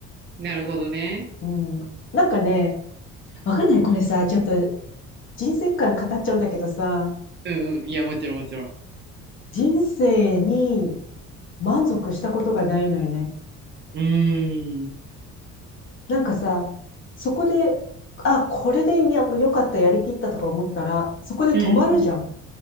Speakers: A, on the right; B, on the left.
A: なるほどね。
B: うん。なんかね、わかんない。これさ、ちょっと人生観語っちゃうんだけどさ、
A: うんうん。いや、もちろんもちろん。
B: 人生に満足したことがないのよね。
A: うーん。
B: なんかさ、そこで、あ、これでや良かった、やりきったとか思ったら、そこで止まるじゃん。
A: うんう